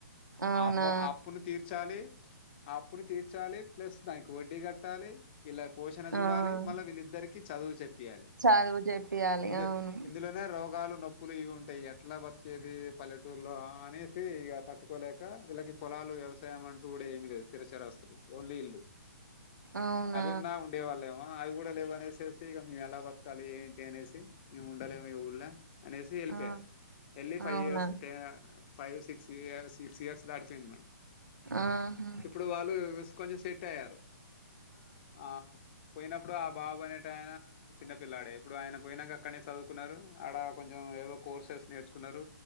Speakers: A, on the right (about 85°); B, on the left (about 35°).
A: అవునా
B: ఆమ ఆప్పును తీర్చాలి ఆప్పును తీర్చాలి ప్లస్ దానికి వడ్డీ కట్టాలి వీళ్ళ పోషణ చూడాలి
A: ఆ
B: మళ్ళా వీళ్ళిద్దరికి చదువు చెపియాలి
A: చదువు చెప్పియాలి
B: ఇందు
A: అవును
B: ఇందులోనే రోగాలు నొప్పులు ఇవి ఉంటాయి ఎట్లా బతికేది పల్లెటూ లో అనేసి ఇక తట్టుకోలేక వీళ్ళకి పొలాలు వ్యవసాయం అంటూ కూడా ఏమి లేదు స్థిరచరాస్తులు ఇల్లు
A: అవునా
B: అదేమో ఉండే వాళ్ళ అవి కూడా లేవనేసేసి ఇక మేము ఎలా బతకాలి ఏంటి అనేసి మేము ఉండలేమ్ ఈ ఊళ్ళ అనేసి ఏళ్ళిపోయారు
A: ఆ
B: ఏళ్ళి ఫైవ్
A: అవునా
B: ఇయర్స్ టే five six years six years దాటిపోయింది మ
A: ఆహా
B: ఇప్పుడు వాళ్ళు కొంచెం సెట్ అయ్యారు ఆ పోయినప్పుడు ఆ బాబు నే టాయనే చిన్న పిల్లాడే ఇప్పుడు ఆయన పోయినాక అక్కడనే చదువుకున్నారు ఆడ కొంచెం ఏవో కోర్సెస్ నేర్చుకు న్నరు